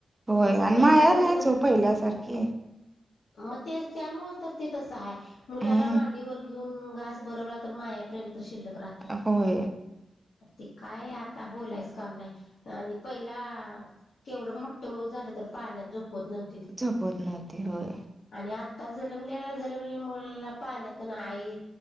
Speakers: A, on the right (about 20°); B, on the left (about 80°).
A: होय
B: तसं
A: आणि
B: पहिलं
A: माया
B: कस
A: नाहीच
B: अहं
A: ओ पहिल्यासारखी
B: म तेचं त्यामुळच तर ते तसं हाय मुलाला
A: हा
B: मांडीवर घेऊन घास भरवला तर माया प्रेम तर शिल्लक राहत
A: आ होय.
B: ते काय आता बोलायच काम नाय. आणि पहिला केवढं मोठ्ठ मूल झालं तर पाळण्यात झोपवत नव्ह
A: झोपवत नव्हती होय.
B: आणि आत्ता जन्मलेला जन्मलेल्या मुलाला पाळण्या तेनं हाईत